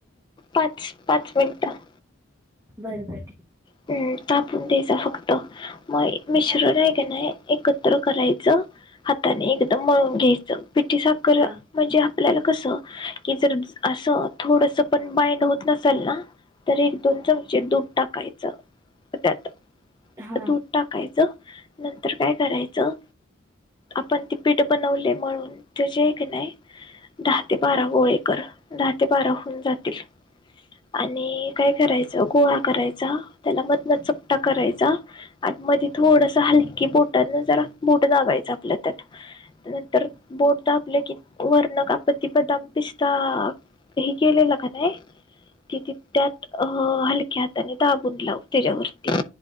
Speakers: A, on the left; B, on the right.
A: पाच पाच मिनटं
B: बर बर ठी
A: <unintelligible> तापून द्यायचा फक्त मग मिश्रण
B: आहे.
A: हाय की नय एकत्र करायचं हाताने एकदम मळून घ्यायचं पिठी साखर
B: हा
A: म्हणजे आप आपल्याला कस की जर अस थोडस पण बाइंड होत नसाल ना तर एक दोन चमचे दूध टाकायचं त्यात
B: हा
A: दूध
B: हा
A: टाकायचं नंतर काय करायचं आपण ती पीठ बनवले म्हणून त्याची आहे क नाही दहा ते बारा गोळेकर दहा ते बारा होन जातील आणि काय करायच गोळा करायचा त्याला मधन चपटा करायचा आणि मध्ये थोडस हलकी बोट न जरा बोट दाबायच आपल्या त्यात नंतर बोट दाबले की वर्ण का आपत्ती बदाम इन्स्टा हे केलेलं का त त्यात अ हलक्यात आणि दाबून लाव त्याच्यावरती